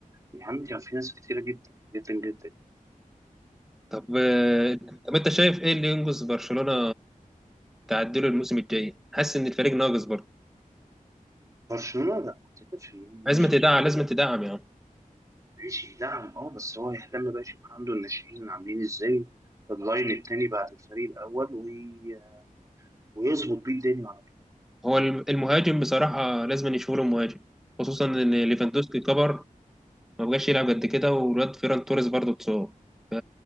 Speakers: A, on the right (about 25°); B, in the centre.
A: يا عم كان في ناس كتيرة جدا جدا جدا
B: طب آه، طب انت شايف ايه اللي ينقذ برشلونه تعدله الموسم الجاي حاسس ان الفريق ناقص برضه
A: برشلونة لا ما اعتقدش ان هم
B: لازم
A: نقصوا
B: تدعم
A: حاجة
B: لازم تدعم يا عم
A: ماشي دعم اه بس هو يهتم بقى يشوف عنده الناشئين عاملين ازاي اللاين التاني بعد الفريق الاول وي... ويظبط بيه الدنيا على
B: هو الم- المهاجم بصراحه لازم يشوفوا له مهاجم خصوصا ان ليفاندوسكي
A: طول
B: كبر ما بقاش يلعب قد كده والواد فيران توريس برضه اتصاب ف-